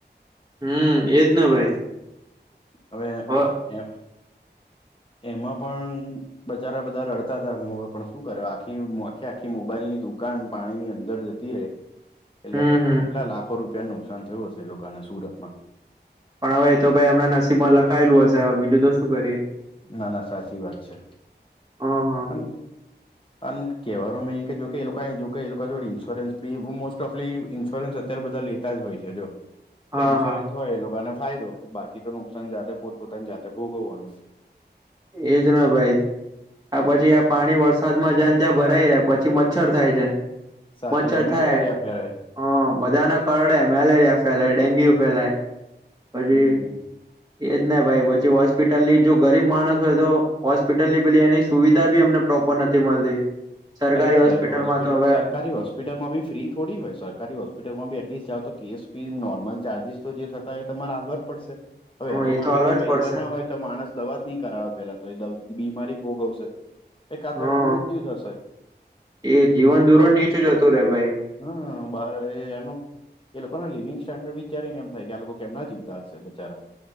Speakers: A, on the right (about 20°); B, on the left (about 30°).
A: હમ એજ ના ભાઈ
B: હવે
A: હ
B: એ એમાં પણ બચારા બધા રડતા હતા પણ શું કરે આખી આખી આખી મોબાઈલ ની દુકાન પાણીની અંદર જ એટલે
A: હમ હમ
B: કેટલા લાખો રૂપિયા નુકસાન થયું હશે એ લોકોને સુરત માં
A: પણ હવે એ તો ભાઈ એમના નસીબમાં લખાયેલું હશે હવે બીજું તો શું કરીએ
B: ના ના સાચી વાત છે
A: હા
B: અને અને કેહેવાનો મે કે જો લોકો એ લોકો જોડે ઇન્સ્યોરન્સ બી મોસ્ટ ઓફલી ઇન્સ્યોરન્સ અત્યારે બધા લેતા જ હોય છે જો એટલે
A: હા
B: ઇન્સ્યોરન્સ
A: હા
B: ય એ લોકોને ફાયદો બાકી તો નુકસાન જાતે પોતપોતાની જાતે ભોગવવાનો
A: એજ ના ભાઈ આ પછી પાણી વરસાદમાં જાયને ત્યાં ભરાઈ રહેે પછી મચ્છર થાય છે
B: સાચી
A: મચ્છર થાય
B: મેલેરિયા ફેરાય
A: હ બધાને કરડે મેલેરિયા ફેલાય ડેન્ગ્યુ ફેલાય પછી
B: હમ
A: એજ ના ભાઈ પછી હોસ્પિટલની જો ગરીબ માણસ તો હોસ્પિટલ ની પેલી એની સુવિધા બી અમને પ્રોપર નથી મળતી સરકારી
B: અરે
A: હોસ્પિટલમાં
B: જાય હોસ્પિટલ
A: તો હવે
B: સરકારી હોસ્પિટ હોસ્પિટલમાં બી ફી થોડી હોય સરકારી હોસ્પિટલમાં બી એટલીસ્ટ જાઓ તો કેસ ફી નોર્મલ ચાર્જિસ તો જે થતા એ તમારે હાલવા જ પડશે હવે
A: હ
B: એના
A: એ તો
B: માટે
A: હાલવા
B: બની
A: જ
B: પૈસા
A: પડશે
B: ના હોય તો માણસ દવા જ નહી કરાવે પેલા તો એ બીમારી ભોગવશે એ કા તો
A: હા
B: એનું મૃત્યુ થશે
A: એ જીવન ધોરણ નીચું જતું રે ભાઈ
B: હમ બાર એ એનું એ લોકો ના લિવિંગ સ્ટન્ડર્ડ વિચારીને એમ થાય કે આ લોકો કેમ જીવતા હશે બચારા